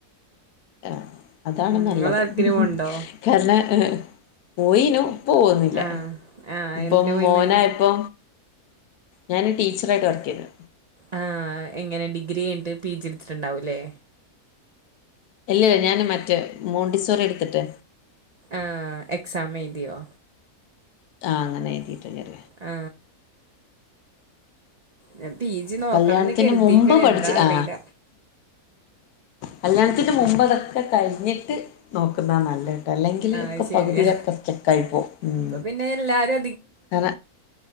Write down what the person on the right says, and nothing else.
നിങ്ങൾ വർക്കിന് പോണുണ്ടോ
ആഹ് ആഹ്
എന്തിനാ പോയിന്ന്
ആ എങ്ങനെ ഡിഗ്രി കഴിഞ്ഞിട്ട് പി ജിട്ത്തിട്ടുണ്ടാവൂല്ലേ
ആ എക്സാം എഴ്തിയോ
ആ ഞ പി ജി നോക്കണംന്ന്
കരുതിക്ക്ണ്
എന്താ അറിയില്ല
ആഹ്
അത് ശരിയാ
ഇപ്പൊ പിന്നെ എല്ലാരും